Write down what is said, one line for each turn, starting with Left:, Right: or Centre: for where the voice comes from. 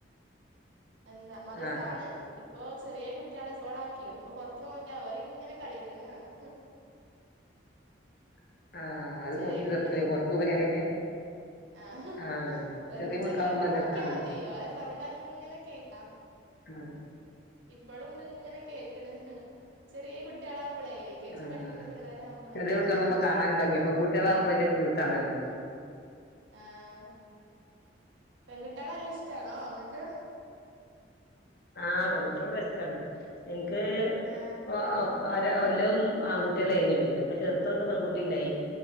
Right: എന്താ മദ്രസാണ്
Left: ആഹ്
Right: ഇപ്പൊ ചെറിയ കുട്ടികളെ ഇപ്പോൾ ആക്കിണു ഇപ്പൊ പുറത്ത് പോവുമ്പം ആവര് ഇങ്ങനെ കളിക്കണ കാണാ
Left: ശബ്ദം ക്ലിയർ അല്ല ആ അത്
Right: ചെറിയ
Left: നോക്കി
Right: കുട്ടികളെ
Left: നടക്കല പുറത്തുപോയ പിന്നെ
Right: ആ
Left: ആഹ്
Right: വെറുതെ
Left: ചെറിയ
Right: ജനൽ
Left: മക്കളാവുമ്പോ
Right: കൂടെ
Left: രസാണല്ലോ
Right: നോക്കിയാൽ മതിയോ ഓര സൗണ്ട് അങ്ങനെ കേക്കാം
Left: ആ
Right: ഇപ്പോളും ഇണ്ട് ഇങ്ങനെ കേക്കണ് ചെറിയ കുട്ടികളാ എൽ കെ
Left: ആഹ്
Right: ജി പഠിക്കുന്ന പിള്ളോരാവുമ്പോ
Left: ചെറിയ
Right: നല്ല
Left: കുട്ടികളാകുമ്പോ
Right: രസമാക്കി
Left: കാണാനും
Right: വക്കും
Left: ഭംഗിയാ പെൺകുട്ടികളാകുമ്പോ വല്യ ക്യൂട്ടാണല്ലോ
Right: ആഹ് പെൺകുട്ടിയേള ല്ല ഇഷ്ടാണോ ഇങ്ങക്ക്?
Left: ആഹ് പെൺകുട്ടിയേളല്ല ഇഷ്ടാണ് ഇൻക്ക്
Right: ആഹ്
Left: ഒ ഒ ആ ഒര എല്ലവും ആൺകുട്ടികളേനി പിന്നെ അപ്പ ചെർതൊന് പെൺകുട്ടി ണ്ടായി.